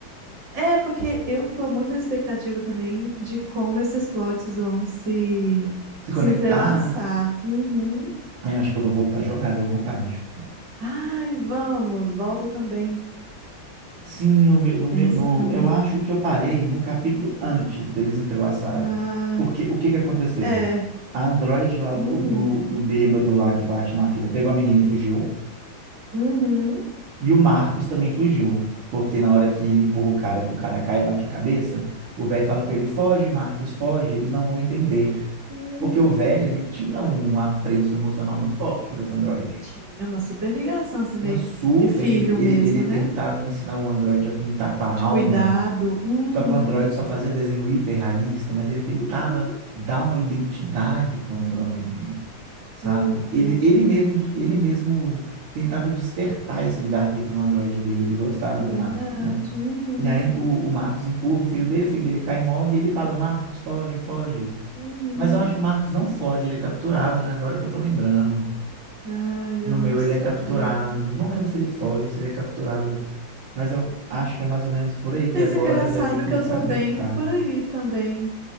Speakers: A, on the right (about 60°); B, on the right (about 80°).
A: É, porque eu tô muito na expectativa também de como esses plots vão se,
B: Se conectar.
A: se entrelaçar. Uhum.
B: Aí acho que eu vou voltar a jogar, deu vontade.
A: Ai, vamos, volta também.
B: Sim, o meu- no
A: Começa
B: meu, no,
A: também.
B: eu acho que eu parei num capítulo antes deles entrelaçarem.
A: Ah,
B: Porque o que que aconteceu?
A: é.
B: A Android lá
A: Hum,
B: do, do, do bêbado lá que bate na filha pegou a menina e fugiu.
A: uhum.
B: E o Marcos também fugiu. Porque na hora que ele empurra o cara, que o cara cai e bate a cabeça, o velho fala com ele: foge, Marcos, foge, eles não vão entender.
A: Hum.
B: Porque o velho, ele tinha um apreço emocional muito forte por esse Android.
A: Tinha uma super ligação, assim, meio
B: Uma super,
A: de filho
B: ele, ele,
A: mesmo,
B: ele tentava
A: né?
B: ensinar o Android a pintar com a alma,
A: De cuidado. Uhum.
B: só que o Android só fazia desenho hiperrealista, mas ele tentava
A: Uhum.
B: dar uma identidade pro Android, sabe?
A: Super.
B: Ele, ele mesmo, de- ele mesmo tentava despertar esse livre-arbítrio no Android dele, ele gostava
A: É
B: do
A: verdade.
B: Marcos, né?
A: Uhum.
B: E aí o, o Marcos empurra o filho dele, o filho dele cai e morre, e ele fala, Marcos, foge, foge.
A: Uhum.
B: Mas eu acho que o Marcos não foge, ele é capturado, né? Agora que eu tô lembrando.
A: Ai,
B: No
A: eu não
B: meu
A: sei.
B: ele é capturado. Não lembro se ele foge ou se ele é capturado. Mas eu acho que é mais ou menos por aí que
A: Mas
B: agora
A: engraçado
B: deve começar
A: que eu tô
B: a conectar.
A: bem por aí também.